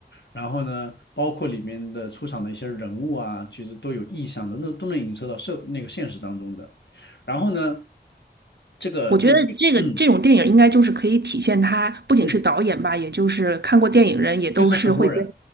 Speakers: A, on the left; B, on the right.
A: 然后呢，包括里面的出场的一些人物啊，其实都有意向的，那都能影射到社那个现实当中的。然后呢，这个就嗯
B: 我觉得这个这种电影应该就是可以体现他不仅是导演吧，
A: 嗯，
B: 也就是看过电影人也都是会跟
A: 就是很多人